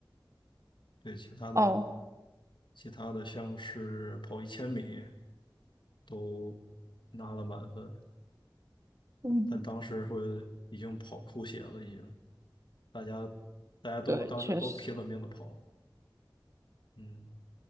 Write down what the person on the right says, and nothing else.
哦，
嗯，
对，确实，